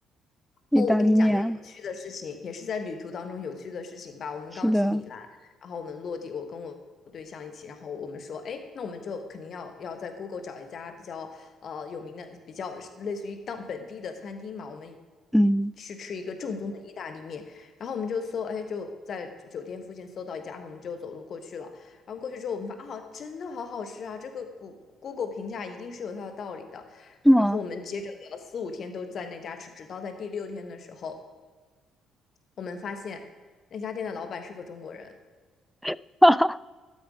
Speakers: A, in the centre; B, on the left.
A: <laughs> 意大利面啊，
B: 哦，我跟你讲一件有趣的事情，也是在旅途当中有趣的事情吧。我们刚去米兰，
A: 是的，
B: 然后我们落地，我跟我对象一起，然后我们说，哎，那我们就肯定要要在 Google 找一家比较呃有名的、比较类似于当本地的餐厅嘛，我们
A: 嗯，
B: 去吃一个正宗的意大利面。然后我们就搜，哎，就在酒店附近搜到一家，我们就走路过去了。然后过去之后，我们发啊，真的好好吃啊！这个谷 Google 评价一定是有它的道理的。
A: 是吗？
B: 然后我们接着聊了四五天都在那家吃，直到在第六天的时候，我们发现那家店的老板是个中国人，
A: <laughs> 哈，